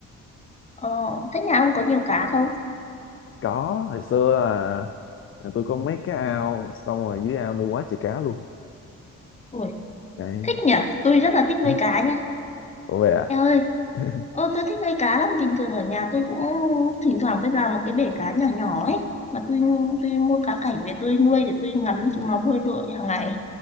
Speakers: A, on the left; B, on the left.
A: Ờ, thế nhà ông có nhiều cá không?
B: có hồi xưa là tôi có mấy cái ao xong rồi dưới ao nuôi quá trời cá luôn
A: Ui,
B: đấy
A: thích nhỉ? Tôi rất là thích nuôi
B: <laughs>
A: cá nha.
B: ủa vậy à
A: Em ơi,
B: <laughs>
A: ô tôi thích nuôi cá lắm. Bình thường ở nhà tôi cũng thỉnh thoảng tôi làm một cái bể cá nhỏ nhỏ ấy. Mà tôi tôi mua cá cảnh để tôi nuôi để tôi ngắm chúng nó bơi lội hàng ngày.